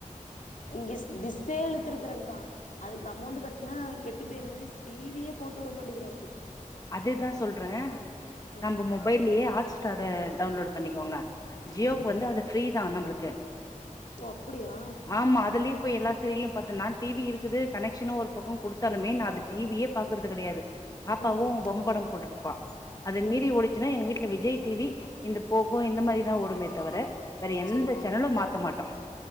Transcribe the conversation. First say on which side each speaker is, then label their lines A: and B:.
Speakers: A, on the left; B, on the left.
A: இங்க திசே இழுத்துருக்கறேகா அதுக்கு அமௌண்ட் கட்னா கெட்டு போயிருவேன்னு டிவியே போட்டு விட மாட்டேங்கிற அப்டி
B: அதுதான் சொல்றேன் நம்ம
A: ஆ
B: மொபைல்லயே ஹாட் ஸ்டார டவுன்லோடு பண்ணிக்கோங்க ஜியோக்கு
A: ம்
B: வந்து அது பிரீ தான் நம்ளுக்கு
A: ஓ அப்படியா
B: ஆமா அதுலயே இப்ப எல்லா சீரியலும் பாத்தனா டிவி இருக்குது கனெக்ஷன் ஒரு பக்கம் குடுத்தாலுமே நான் அது டிவியே பாக்கறது கிடையாது பாவும்
A: ம்
B: பொம்ம படம் போட்ரு ப அத
A: ம்
B: மீறி ஓடுச்சுன்னா எங்க வீட்ல விஜய் டிவி இந்த போகோ இந்த மாரிதா ஓடுமே தவிர வேற எந்த
A: சரிக்கா
B: சேனலும் மாத்த மாட்டோம்